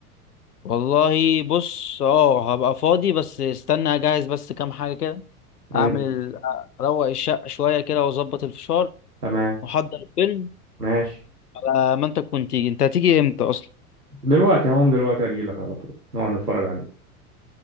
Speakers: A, on the left; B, on the right.
A: والله بص اه هبقى فاضي بس استنى اجهز بس كام حاجة كده
B: امم
A: اعمل ال- اروق الشقة شوية كده واظبط الفشار
B: تمام
A: واحضر الفيلم
B: ماشي
A: على ما انت تكون تيجي انت هتيجي امتى اصلا
B: دلوقتي هقوم دلوقتي اجي لك على طول نقعد نتفرج عليه